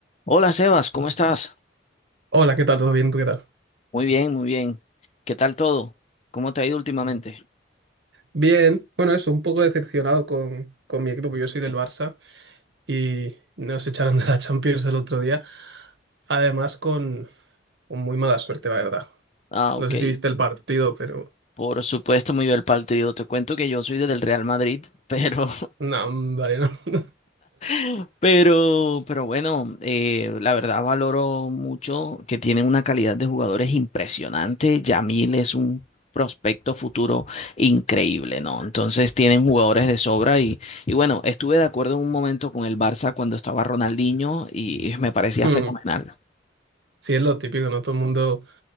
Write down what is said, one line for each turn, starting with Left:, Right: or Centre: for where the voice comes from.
Left: Hola Sebas, ¿cómo estás?
Right: Hola, ¿qué tal? ¿Todo bien? ¿Tú qué tal?
Left: Muy bien, muy bien. ¿Qué tal todo? ¿Cómo te ha ido últimamente?
Right: Bien, bueno, eso, un poco decepcionado con, con mi equipo. Yo soy del Barça y nos echaron de la Champions el otro día. Además, con, con muy mala suerte, la verdad.
Left: Ah,
Right: No
Left: ok.
Right: sé si viste el partido, pero.
Left: Por supuesto, muy bien el partido. Te cuento que yo soy del Real Madrid, pero,
Right: No, vale, no. <laughs>
Left: <laughs> pero, pero bueno, eh, la verdad valoro mucho que tienen una calidad de jugadores impresionante. Yamil es un prospecto futuro increíble, ¿no? Entonces tienen jugadores de sobra y, y bueno, estuve de acuerdo en un momento con el Barça cuando estaba Ronaldinho y me parecía
Right: Mm,
Left: fenomenal.
Right: Sí, es lo típico, ¿no? Todo el mundo.